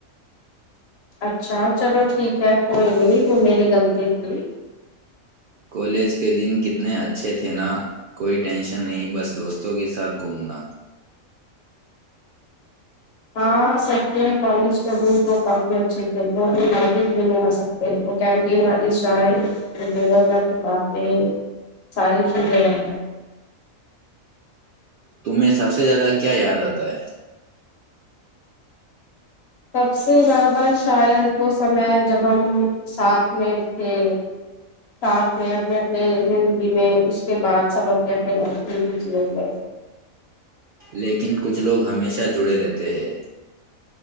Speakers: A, on the left; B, on the right.
A: اچھا چلو ٹھیک ہے کوئی نہیں وہ میری غلطی تھی
B: کالج کے دن کتنے اچھے تھے نا کوئی ٹینشن نہیں بس دوستوں کے ساتھ گھومنا
A: ہاں سکتے ہیں کانسٹیبل کو کافی اچھے تھے وہ بھی نافذ بھی نہیں آ سکتے وہ کینٹین والی شائے لی کی باتیں ساری چز ہیں
B: تمہیں سب سے زیادہ کیا یاد آتا ہے
A: سب سے زیادہ شاید وہ سمے جب ہم ساتھ میں تھے ساتھ میں اپنے اپنے زندگی میں اس کے بعد سب اپنے اپنے گ میں بھیجلے گئے
B: لیکن کچھ لوگ ہمیشہ جڑے رہتے ہیں